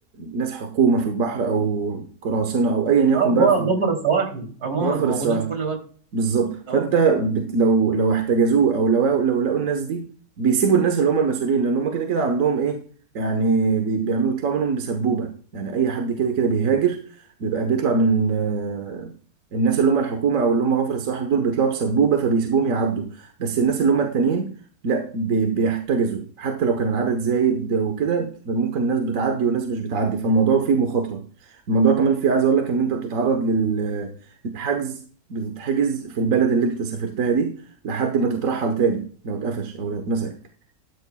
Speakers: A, on the right (about 60°); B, on the right (about 80°).
A: ناس حكومه في البحر او قراصنه او ايا يكن
B: اه اللي
A: بقى
B: هو
A: في
B: غبر السواحل عموما
A: الغفر
B: موجودين
A: السهل
B: في كل بلد
A: بالظبط
B: اه
A: فانت بت... لو لو احتجزوه او لو لو لقوا الناس دي بيسيبوا الناس اللي هم المسؤولين لان هم كده كده عندهم ايه يعني بي... بيعملوا يطلعوا منهم بسبوبه يعني اي حد كده كده بيهاجر بيبقى بيطلع من آه، الناس اللي هم الحكومه او اللي هم غفر الصالح دول بيطلعوا بسبوبه فبيسيبوهم يعدوا بس الناس اللي هم التانيين لا بي... بيحتجزوا حتى لو كان العدد زايد وكده فممكن الناس بتعدي وناس مش بتعدي فالموضوع فيه مخاطره الموضوع كمان فيه عايز اقول لك ان انت بتتعرض لل الحجز بتتحجز في البلد اللي انت سافرتها دي لحد ما تترحل تاني لو اتقفش او لو اتمسك